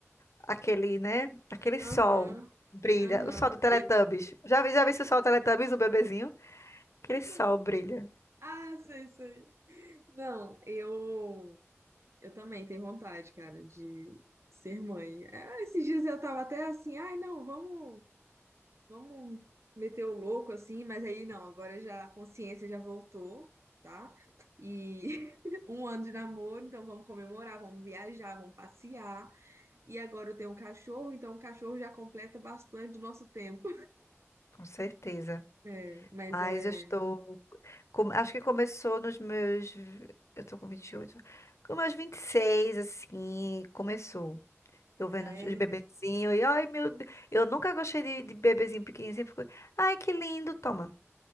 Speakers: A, on the left (about 70°); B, on the right (about 65°).
A: aquele, né? Aquele sol
B: Aham,
A: brilha,
B: aham.
A: o sol do Teletubbies. Já vi, já vi esse sol do Teletubbies, o bebezinho? Aquele sol
B: Não.
A: brilha,
B: Ah, sei, sei. Não, eu eu também tenho vontade, cara, de ser mãe. Ah, esses dias eu tava até assim, ai, não, vamos, vamos meter o louco assim, mas aí não, agora já a consciência já voltou, tá? E <laughs> um ano de namoro, então vamos comemorar, vamos viajar, vamos passear. E agora eu tenho um cachorro, então o cachorro já completa bastante o nosso tempo.
A: com certeza.
B: É, mas
A: Mas
B: é.
A: eu estou. com- Acho que começou nos meus. Eu tô com 28, Com meus 26, assim, começou. Eu vendo
B: Ah,
A: os
B: é.
A: bebezinhos e, ai meu Deus. Eu nunca gostei de, de bebezinho pequenininho. Sempre fico, ai que lindo, toma.